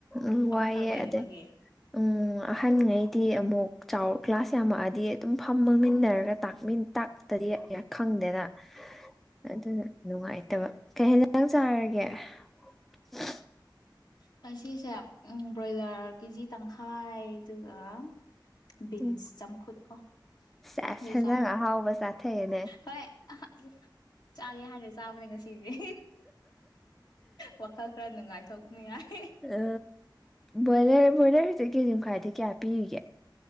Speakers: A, in the centre; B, on the left.
A: ꯎ
B: ꯑꯃꯈꯛ
A: ꯋꯥꯏꯑꯦ
B: ꯑꯣꯏꯗꯕꯒꯤ
A: ꯑꯗꯩ ꯎꯝ ꯑꯍꯟꯉꯩꯗꯤ ꯑꯃꯨꯛ ꯆꯥꯎ ꯀ꯭ꯂꯥꯁ ꯌꯥꯝꯃꯛꯑꯗꯤ ꯑꯗꯨꯝ ꯐꯝ ꯃꯥꯡꯃꯤꯟꯅꯔꯒ ꯇꯗꯤ ꯈꯪꯗꯦꯅ ꯑꯗꯨꯅ ꯅꯨꯡꯉꯥꯏꯇꯕ ꯀꯩ ꯍꯦꯟꯖꯥꯡ ꯆꯥꯔꯒꯦ <inaudible> <unintelligible>
B: ꯉꯁꯤꯁꯦ ꯎꯝ ꯕ꯭ꯔꯣꯏꯂꯔ ꯀꯦꯖꯤ ꯇꯪꯈꯥꯏ ꯗꯨꯒ ꯕꯤꯟꯁ
A: ꯎꯝ
B: ꯆꯝꯐꯨꯠ ꯀꯣ
A: ꯁꯦꯁ
B: ꯑꯗꯨ
A: ꯍꯦꯟꯖꯥꯡ
B: ꯆꯥꯔꯦ
A: ꯑꯍꯥꯎꯕ ꯆꯥꯊꯩꯌꯦꯅꯦ
B: ꯍꯣꯏ ꯍꯣꯏ ꯆꯥꯒꯦ ꯍꯥꯟꯅ ꯆꯥꯕꯅꯦ ꯉꯁꯤꯁꯦ ꯋꯥꯈꯜ ꯈꯔ ꯅꯨꯡꯉꯥꯏꯊꯣꯛꯅꯤꯡꯉꯥꯏ
A: ꯑ ꯕꯣꯏꯂꯔ ꯕ꯭ꯔꯣꯏꯂꯔ ꯍꯧꯖꯤꯛ ꯀꯦꯖꯤꯃꯈꯥꯏꯗ ꯀꯌꯥ ꯄꯤꯔꯤꯒꯦ